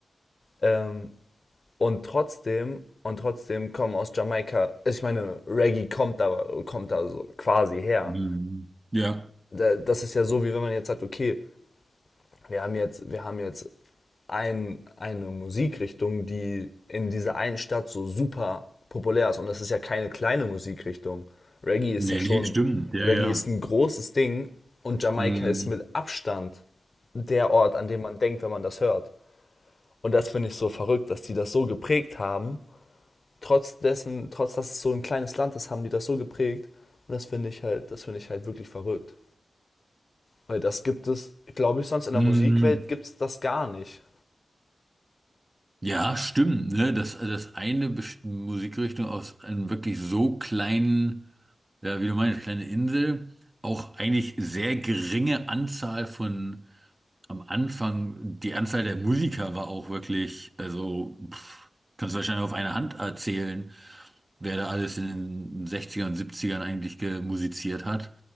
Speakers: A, on the left (about 50°); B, on the right (about 30°).
A: Ähm, Und trotzdem, und trotzdem kommen aus Jamaika, also ich meine, Reggae kommt da, kommt da so quasi her.
B: Mhm. Ja.
A: Das ist ja so, wie wenn man jetzt sagt, okay, wir haben jetzt, wir haben jetzt ein, eine Musikrichtung, die in dieser einen Stadt so super populär ist. Und das ist ja keine kleine Musikrichtung. Reggae
B: Nee,
A: ist ja schon,
B: nee, stimmt. Ja,
A: Reggae
B: ja.
A: ist ein großes Ding und Jamaika
B: Mhm.
A: ist mit Abstand der Ort, an dem man denkt, wenn man das hört. Und das finde ich so verrückt, dass die das so geprägt haben trotz dessen, trotz dass es so ein kleines Land ist, haben die das so geprägt. Und das finde ich halt, das finde ich halt wirklich verrückt. Weil das gibt es, glaube ich, sonst in der
B: Mhm.
A: Musikwelt gibt es das gar nicht.
B: Ja, stimmt, ne? Dass, dass eine Best- Musikrichtung aus einem wirklich so kleinen, ja, wie du meinst, kleine Insel, auch eigentlich sehr geringe Anzahl von am Anfang, die Anzahl der Musiker war auch wirklich, also pff, kannst du wahrscheinlich auf einer Hand erzählen, wer da alles in den 60 und 70 eigentlich gemusiziert hat.